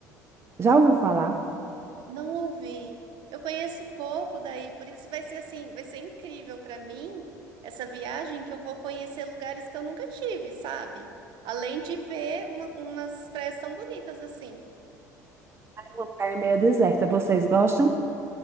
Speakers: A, on the right (about 25°); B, on the right (about 55°).
A: Já ouviu falar?
B: Não ouvi. Eu conheço pouco daí, por isso vai ser assim, vai ser incrível para mim essa viagem que eu vou conhecer lugares que eu nunca tive, sabe? Além de ver uma- umas praias tão bonitas assim.
A: É uma praia meio deserta. Vocês gostam?